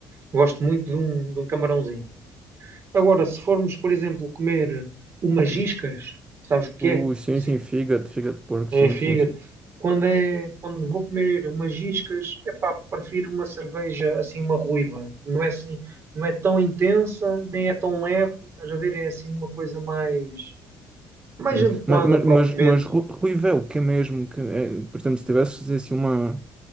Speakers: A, on the right; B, on the right.
A: gosto muito de um, de um camarãozinho. Agora, se formos, por exemplo, comer umas iscas, sabes o que
B: Ui,
A: é?
B: sim,
A: Assim,
B: sim, fígado, fígado de porco,
A: é
B: sim,
A: fígado.
B: sim, sim.
A: Quando, é, quando vou comer umas iscas, epá, prefiro uma cerveja assim, uma ruiva. Não é assim, não é tão intensa, nem é tão leve, estás a ver? É assim uma coisa mais. mais
B: Hum.
A: adequada
B: Mas, mas,
A: para
B: mas,
A: o momento.
B: mas Ru- Ruivel, o que é mesmo que, é, por exemplo, se tivesses assim uma,